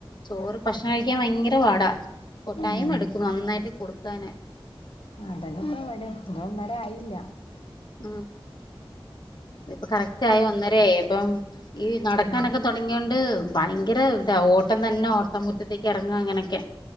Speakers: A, on the left (about 50°); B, on the left (about 75°).
A: ചോറ് ഭക്ഷണം കഴിക്കാൻ വയങ്കര പാടാ
B: ഉം
A: ടൈം എടുക്കും നന്നായിട്ട് കൊടുക്കാന്
B: അതെനെപ്പം ഇവടെ <unintelligible> ധോം ന്നര ആയില്യ
A: ഉം ഇപ്പൊ കറക്റ്റ് ആയി ഒന്നരായി അപ്പം ഈ
B: ആ,
A: നടക്കാനൊക്കെ തൊടങ്ങിയൊണ്ട് ഭയങ്കര ഇതാ ഓട്ടം തന്നെ ഓട്ടം മുറ്റത്തേക്ക് ഇറങ്ങാ അങ്ങനെയൊക്കെ